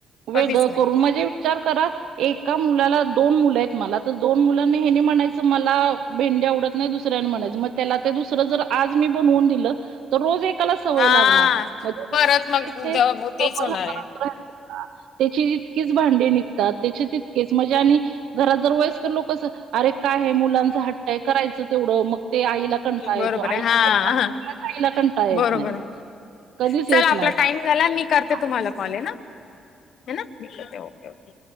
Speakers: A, on the left; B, on the right.
A: कधीच
B: वेग
A: नाही
B: करून म्हणजे विचार करा एका मुलाला दोन मुलं आहेत मला तर दोन मुलांनी हेनी म्हणायचं मला भेंडी आवडत नाही दुसऱ्यांना म्हणायच मग त्याला ते दुसरं जर आज मी बनवून दिलं तर रोज एक सवय
A: हा
B: लागणार. <unintelligible>
A: परत मग द- तेच होणार आहे
B: त्याची इतकीच भांडे निघतात, त्याचे तितकेच म्हणजे आणि घरात जर वयसकर लोकस अरे काय आहे मुलांचं हट्ट आहे करायचं तेवढं मग ते आईला कंटा
A: बरोबर
B: येतो आईला
A: आहे हा हा
B: आईला कंटा येत
A: बरोबर
B: नाही.
A: आहे
B: कधीच
A: चला
B: येत
A: आपला टाइम झाला मी करते
B: नाही
A: तुम्हाला कॉल आहे ना हे ना मी करते ओके ओके.